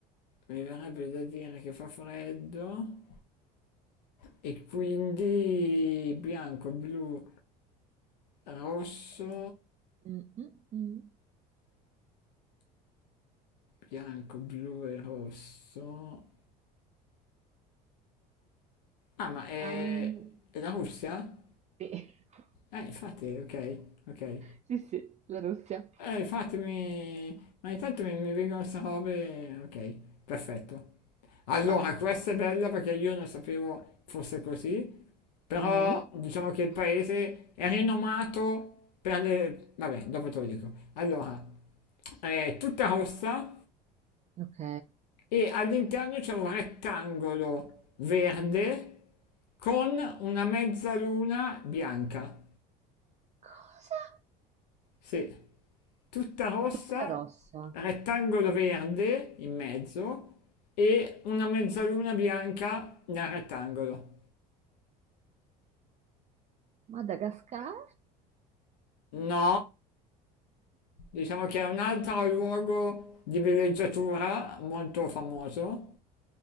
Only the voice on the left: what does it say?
Mi verrebbe da dire che fa freddo. E quindi bianco, blu, rosso,
bianco, blu e rosso. Ah, ma è,
è la Russia?
Eh, infatti, ok, ok.
Eh, infatti mi... Ma intanto mi, mi vengono queste robe... Ok, perfetto. Allora,
questa è bella perché io non sapevo fosse così, però
diciamo che il paese è rinomato per le... Vabbè, dopo te lo dico. Allora, è tutta rossa
e all'interno c'è un rettangolo verde con una mezzaluna bianca.
Sì, tutta rossa,
rettangolo verde in mezzo e una mezzaluna bianca nel rettangolo.
No, diciamo che è un altro luogo di villeggiatura molto famoso.